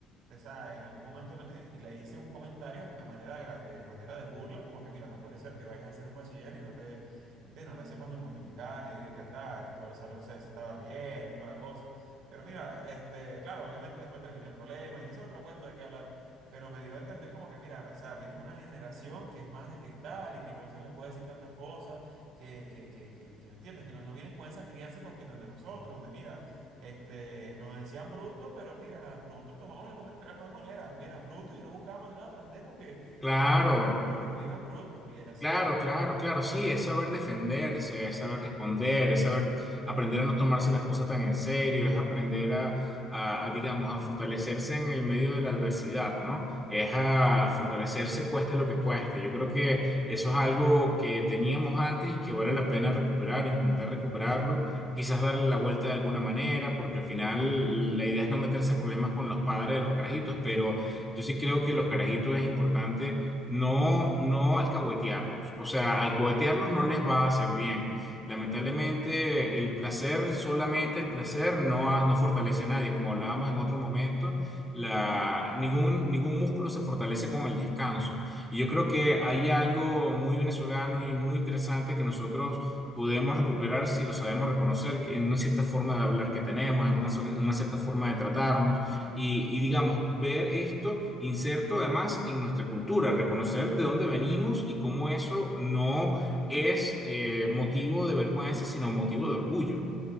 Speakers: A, on the right; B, in the centre.
A: esa, en algún momento le, le hice un comentario de manera de, gra- de manera de burla, como que mira, no puede ser que vayas a ser un bachiller y no te, ¿entiendes? No te sepas ni multiplicar, ni dividir, restar. Todo el salón se, se estaba riendo y toda la cosa. Pero mira, este, claro, obviamente después terminé en problemas y ese es otro cuento de qué hablar. Pero me dio a entender como que, mira, o sea, vienes de una generación que es más de cristal y que no se le puede decir tantas cosas, que, que, que, que, que, ¿me entiendes? Que no, no vienes con esa crianza con que donde nosotros, donde mira. Este, nos decían bruto, pero mira, nosotros tomamos el comentario de la mejor manera. Mira, bruto, yo no buscaba manera de aprender porque
B: Claro.
A: vamos a aprender, pero no quiero que me digan brutos y así.
B: Claro, claro, claro, sí, es saber defenderse, es saber responder, es saber aprender a no tomarse las cosas tan en serio, es aprender a, a- a, digamos, a fortalecerse en el medio de la adversidad, ¿no? Es a fortalecerse cueste lo que cueste. Yo creo que eso es algo que teníamos antes y que vale la pena recuperar, intentar recuperarlo, quizás darle la vuelta de alguna manera, porque al final la idea es no meterse en problemas con los padres de los carajitos, pero yo sí creo que los carajitos es importante no, no alcahuetearlos. O sea, alcahuetearlos no les va a hacer bien. Lamentablemente, el placer, solamente el placer, no, ha- no fortalece a nadie. Como hablábamos en otro momento, la, ningún, ningún músculo se fortalece con el descanso. Y yo creo que hay algo muy venezolano y muy interesante que nosotros podemos recuperar si lo sabemos reconocer que en una cierta forma de hablar que tenemos, en una, sola- en una cierta forma de tratarnos. Y, y, digamos, ver esto inserto además en nuestra cultura, reconocer de dónde venimos y cómo eso no es eh, motivo de vergüenza, sino motivo de orgullo.